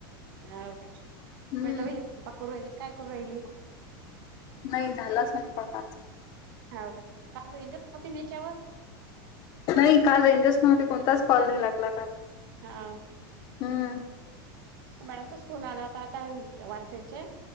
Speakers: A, on the right (about 65°); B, on the left (about 30°).
A: हा काे
B: हम्म
A: म्हटलं बैपा करू राहिली काय करू राहिली
B: नाही झालाच नाही पण आता
A: हा काय काती नेच्यावर
B: नाही काल रेंजर्स नव्हते कोणताच कॉल नाही लागला का
A: हा
B: हम्म
A: मॅडमचाच फोन आला होता आता वारखेडचे